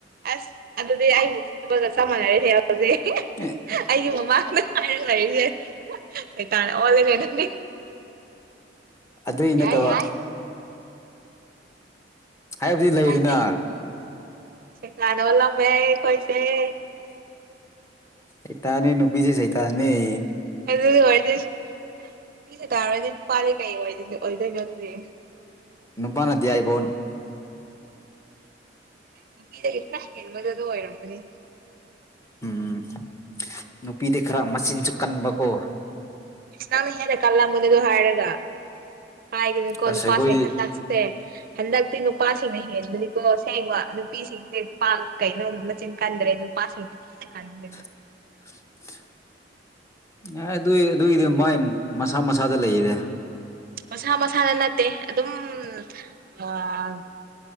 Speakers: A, on the right; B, on the left.
A: ꯑꯁ ꯑꯗꯨꯗꯤ ꯑꯩꯕꯨ ꯎꯁꯤꯠꯇꯕꯒ ꯆꯞ ꯃꯥꯟꯅꯩꯍ‌ꯦ
B: ꯑꯦ
A: ꯑꯩꯒꯤ ꯃꯃꯥꯡꯗ <unintelligible> ꯂꯩꯔꯤꯁꯦ ꯁꯩꯇꯥꯟ ꯑꯣꯜꯂꯒ‌ꯦ ꯅꯪꯗꯤ
B: ꯑꯗꯨꯏ ꯅꯠꯇꯕ
A: ꯌꯥꯏ ꯌꯥꯏ
B: ꯍꯥꯏꯕꯗꯤ
A: <unintelligible>
B: ꯂꯩꯗꯅ
A: ꯁꯩꯇꯥꯟ ꯑꯣꯜꯂꯝꯃ‌ꯦ ꯑꯩꯈ‌ꯣꯏꯁ‌ꯦ
B: ꯁꯩꯇꯥꯟꯅ‌ꯦ ꯅꯨꯄꯤꯁ‌ꯦ ꯁꯩꯇꯥꯟ ꯅ‌ꯦ
A: ꯑꯗꯨꯗꯤ ꯑꯣꯏꯗꯣꯏꯁꯨ ꯅꯨꯄꯤꯅ ꯇꯧꯔꯥꯗꯤ ꯅꯨꯄꯥꯗꯤ ꯀꯩ ꯑꯣꯏꯗꯣꯏ ꯑꯣꯏꯗꯣꯏꯅꯣ ꯑꯗꯨꯗꯤ
B: ꯅꯨꯄꯥꯅ ꯗꯤꯌꯥꯏꯕꯣꯟ
A: ꯅꯨꯄꯤꯗꯒꯤ ꯈꯔ ꯍꯦꯟꯕꯗꯨ ꯑꯗꯨ ꯑꯣꯏꯔꯝꯒꯅꯤ
B: ꯎꯝ ꯅꯨꯄꯤꯗꯤ ꯈꯔ ꯃꯆꯤꯟꯁꯨ ꯀꯟꯕꯀꯣ
A: ꯅꯪꯅ ꯍꯦꯟꯅ ꯀꯜꯂꯝꯒꯅꯤ ꯑꯗꯨ ꯍꯥꯏꯔꯒ ꯍꯥꯏꯒꯅꯨꯀꯣ
B: ꯑꯁ
A: ꯅꯨꯄꯥꯁꯤꯡ
B: ꯑꯩꯈꯣꯏꯗꯤ
A: ꯍꯟꯗꯛꯁ‌ꯦ ꯁꯦ ꯍꯟꯗꯛꯇꯤ ꯅꯨꯄꯥꯁꯤꯡꯅ ꯍꯦꯟꯕꯅꯤꯀꯣ ꯁꯦꯡꯕ ꯅꯨꯄꯤꯁꯤꯡꯗꯩ ꯄꯥ ꯀꯩꯅꯣ ꯃꯆꯤꯟ ꯀꯟꯗ꯭ꯔꯦ ꯅꯨꯄꯥꯁꯤꯡꯅ ꯍ‌ꯦꯟꯅ ꯀꯟꯕꯅ‌‌ꯦ
B: <inaudible> ꯑꯦ ꯑꯗꯨꯏ ꯑꯗꯨꯒꯤꯗꯤ ꯃꯣꯏ ꯃꯁꯥ ꯃꯁꯥꯗ ꯂꯩꯔꯦ
A: ꯃꯁꯥ ꯃꯁꯥꯗ ꯅꯠꯇꯦ ꯑꯗꯨꯝ ꯑꯥ